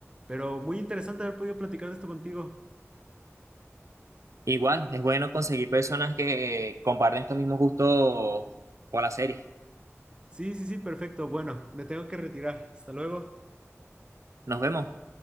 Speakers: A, on the right; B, on the right.
A: Pero muy interesante haber podido platicar de esto contigo.
B: Igual, es bueno conseguir personas que comparten estos mismos gustos por la serie.
A: Sí, sí, sí, perfecto. Bueno, me tengo que retirar. Hasta luego.
B: Nos vemos.